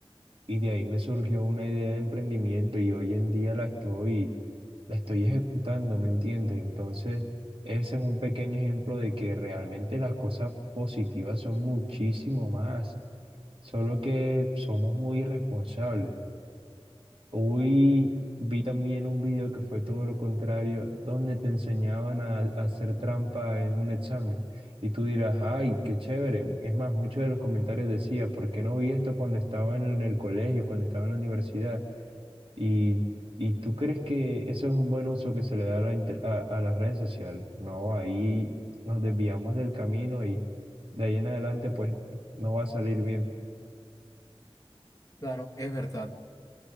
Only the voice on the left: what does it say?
Claro, es verdad.